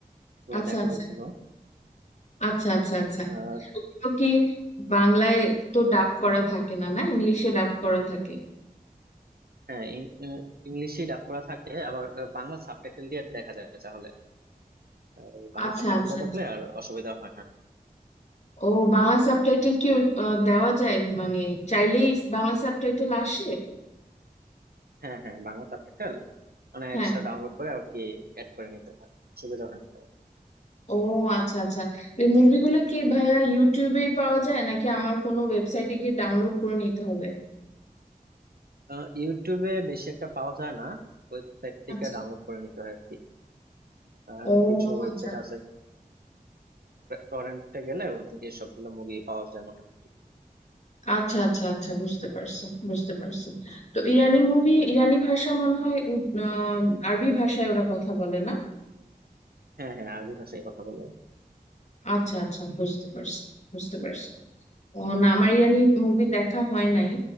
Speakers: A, on the right (about 80°); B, on the left (about 50°).
A: ওগুলো
B: আচ্ছা
A: দেখা
B: আচ্ছা
A: হয়েছিল
B: আচ্ছা আচ্ছা আচ্ছা
A: আর
B: ওগুলো কি বাংলায় তো ডাব করা থাকে না না ইংলিশে ডাব করা থাকে
A: হ্যাঁ ইংলিশে ডাব করা থাকে আবার আহ, বাংলা সাবটাইটেল দিয়ে দেখা যায় তাহলে আহ, বাংলা
B: আচ্ছা
A: সাবটাইটেল
B: আচ্ছা
A: দিয়ে
B: আচ্ছা
A: দেখলে আর অসুবিধা হয় না
B: ও বাংলা সাবটাইটেল কি আহ, দেওয়া যায় মানে চাইলেই বাংলা সাবটাইটেল আসে
A: হ্যাঁ হ্যাঁ বাংলা সাবটাইটেল মানে
B: হ্যাঁ
A: এক্সট্রা ডাউনলোড করে আর কি অ্যাড করে নিতে হয় সুবিধা হয় না তেমন।
B: ও আচ্ছা আচ্ছা এই মুভিগুলো কি ভাইয়া ইউটিউবে পাওয়া যায় নাকি আমার কোনো ওয়েবসাইটে গিয়ে ডাউনলোড করে নিতে হবে
A: আহ, ইউটিউবে বেশি একটা পাওয়া যায় না ওয়েবসাইট থেকে
B: আচ্ছা
A: ডাউনলোড করে নিতে হয় আহ
B: ও
A: কিছু ওয়েবসাইট
B: আচ্ছা
A: আছে টরেন্টে গেলে ওদিকে সবগুলো মুভি পাওয়া যায় মোটামুটি
B: আচ্ছা আচ্ছা আচ্ছা বুঝতে পারছি বুঝতে পারছি তো ইরানি মুভি ইরানি ভাষা মনে হয় উদ- আহ, আরবি ভাষায় ওরা কথা বলে না
A: হ্যাঁ হ্যাঁ আরবি ভাষায় কথা বলে
B: আচ্ছা আচ্ছা বুঝতে পারছি বুঝতে পারছি ও না আমার ইরানি মুভি দেখা হয় নাই